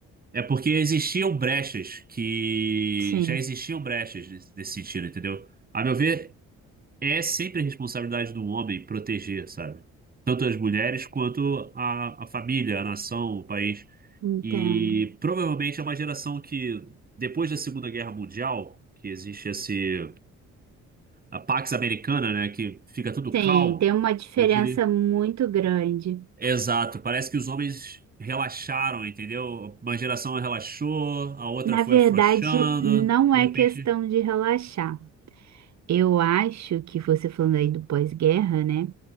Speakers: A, on the right (about 30°); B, on the right (about 65°).
A: é porque existiam brechas que
B: sim,
A: já existiam brechas nesse nesse sentido, entendeu? A meu ver, é sempre a responsabilidade do homem proteger, sabe? Tanto as mulheres quanto a, a família, a nação, o país.
B: entendo.
A: E provavelmente é uma geração que, depois da Segunda Guerra Mundial, que existe esse a Pax Americana, né? Que fica tudo
B: Sim,
A: calmo.
B: tem uma diferença
A: Eu diria.
B: muito grande.
A: Exato. Parece que os homens relaxaram, entendeu? Uma geração relaxou, a outra
B: Na
A: foi
B: verdade,
A: afrouxando.
B: não
A: De
B: é
A: repente.
B: questão de relaxar. Eu acho que você falando aí do pós-guerra, né?